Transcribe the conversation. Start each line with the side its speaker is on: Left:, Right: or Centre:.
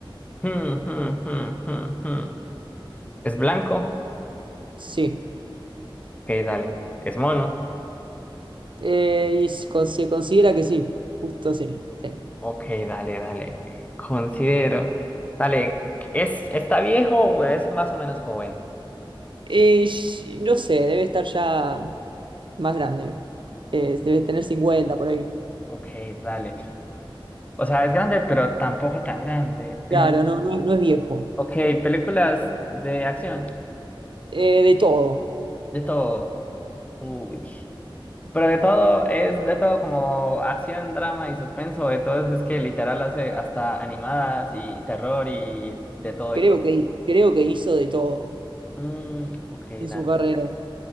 Left: hmm, hmm, hmm, hmm, hmm. ¿Es blanco?
Right: Sí.
Left: Ok, dale. ¿Es mono?
Right: Eh, y s- con- se considera que sí, justo sí. sí.
Left: Ok, dale, dale. Eh, Considero. Dale, ¿es, está viejo o es más o menos joven?
Right: Eh, sh- no sé, debe estar ya más grande. Eh, debe tener 50 por ahí.
Left: Ok, dale. O sea, es grande, pero tampoco tan grande.
Right: Claro,
Left: Eh,
Right: no, no, es no es viejo.
Left: ok, películas de acción,
Right: Eh, de todo.
Left: de todo. Uy. Pero de todo, es de todo como acción, drama y suspenso, de todo es que literal hace hasta animadas y terror y de todo,
Right: Creo
Left: de todo.
Right: que, creo que hizo de todo
Left: Mm, ok,
Right: en
Left: dale.
Right: su carrera.